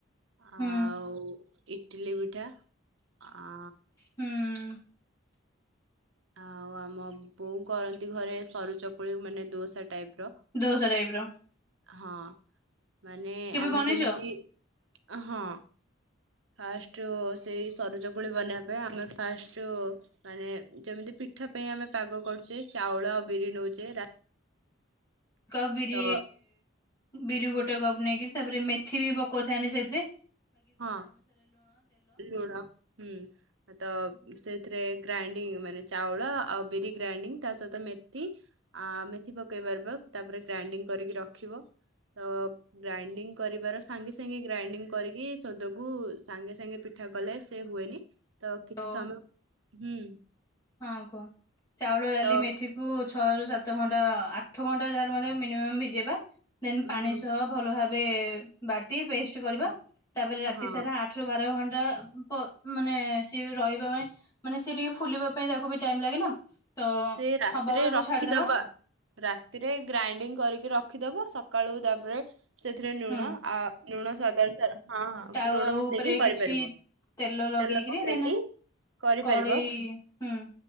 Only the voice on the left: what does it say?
ହୁଁ
ହୁଁ
ଦୋସା ଟାଇପର।
କେବେ
ବନେଇଛ?
କପ୍ ବିରି
ବିରି ଗୋଟେ କପ୍ ନେଇକିରି ତାପରେ ମେଥି ବି ପକଉଥାନ୍ତି ସେଇଥିରେ।
ଓ
ହଁ କୁହ ଚାଉଳ ଡାଲି
ମେ ଥି କୁ ଛଅ ରୁ ସାତ ଘଣ୍ଟା ଆଠ ଘଣ୍ଟା ଯାହେଲେ ମଧ୍ୟ ମିନିମମ୍ ଭିଜେଇବା ଦେନ୍
ପାଣି ସହ ଭଲ ଭାବେ ବାଟି ପେଷ୍ଟ କରିବା
ତାପରେ ରାତି
ସାରା ଆ ଠରୁ ବାର ଘଣ୍ଟା ପ ମାନେ ସିଏ ରହିବା ପାଇଁ ମାନେ ସେ ଟିକେ ଫୁଲିବା ପାଇଁ ତାକୁ ବି ଟାଇମ ଲାଗେ ନା। ତ
ହବାକୁ ତାକୁ
ଛାଡିଦବା
ହୁଁ
ତାୱା
ଉପରେ
କିଛି ଲଗେଇକିରି
ଦେନ୍
କଡେଇ ହୁଁ